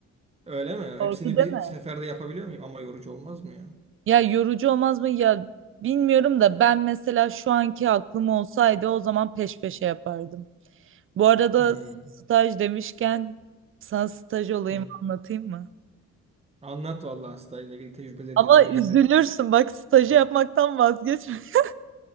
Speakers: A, on the right (about 20°); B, on the right (about 45°).
A: Öyle mi?
B: Doğru
A: Hepsini
B: değil
A: bir
B: mi?
A: seferde yapabiliyor muyum? Ama yorucu olmaz mı ya?
B: Ya yorucu olmaz mı? Ya bilmiyorum da ben mesela şu anki aklım olsaydı o zaman peş peşe yapardım. Bu arada
A: Hmm.
B: staj demişken sana staj olayımı
A: Hı.
B: anlatayım mı?
A: Anlat vallahi stajla ilgili tecrübeleri
B: Ama
A: dinlemek
B: üzülürsün
A: isterim.
B: bak stajı yapmaktan vazgeç. <laughs>